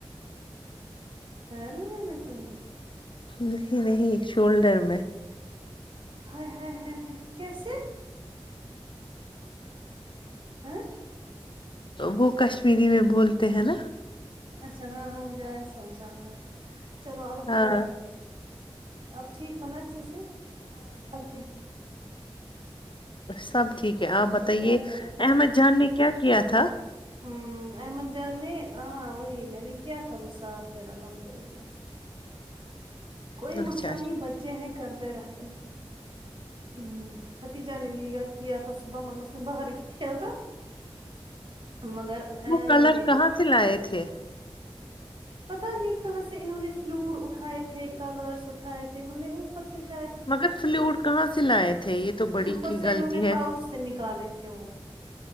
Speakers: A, on the right; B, on the left.
A: تیر مر میں کہیں
B: نہیں نہیں شولڈر میں
A: ہائے ہائے کیسے ہاں
B: وہ کشمیری میں بولتے ہیں نا
A: اچھا ہاں ہ مجھے آ سمجھا ہاں چلو اللہ تعالی
B: ہاں
A: رپ ٹھیک ہونااچھے سے ہاں جی
B: سب ٹھیک ہے آپ بتائیے
A: اور کیا کر رہے
B: احمد جان نے کیا کیا تھا
A: ہوں احمد جان نے ہاں وہی میں نے کیا تھا وہ صافھر الحمد للہ کوئی
B: اچھا
A: مسئلہ
B: اچھا
A: نہیں بچے ہیں کرتے رہتے ہیں ہوں کھتیجہ نے بی بھیگا کیا تھا اسکو صبح مگرگر سم باہر کھی تو مگر
B: وہ
A: یہ
B: کلر کہاں سے لائے تھے
A: پتا نہیں کہاں سے انہوں نے فلوڈ اٹھائے تھے کلرس اٹھائے تھے انہوں نے پر سے شاید
B: مگر فلوڈ کہاں سے لائے تھے یہ تو بڑی
A: اوپر
B: کی
A: سے
B: غلطی
A: انہوں نے
B: ہے
A: پاؤچ سے نکالے تھے وہ